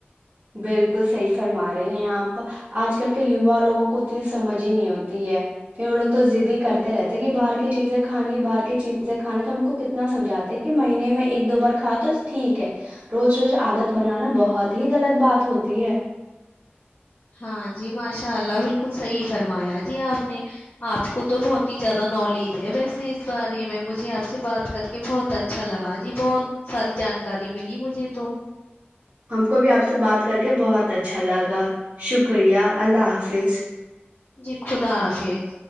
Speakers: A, on the right; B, on the left.
A: بالکل صحیح فرما رہے ہیں آپ آج کل کے یوا لوگوں کو اتنی سمجھ ہی نہیں ہوتی ہے پھر وہ لوگ تو ضدی کرتے رہتے کہ باہر کی چیزیں کھانی باہر کی چیزیں کھانی تو ہم کو کتنا سمجھاتے ہیں کہ مہینے میں ایک دو بار کھاؤ تو ٹھیک ہے روز روز عادت بنانا بہت ہی غلط بات ہوتی ہے
B: ہاں جی ماشاء اللہ بالکل صحی فرمایا جی آپ نے آپ کو تو بہت ہی زیادہ نالج ہے ویسے اس بارے میں مجھے آپ سے بات کر کے بہت اچھا لگا جی بہت ساری جانکاری ملی مجھے تو
A: ہم کو بھی آپ سے بات کر کے بہت اچھا لگا شکریہ اللہ حافظ
B: جی خدا حافظ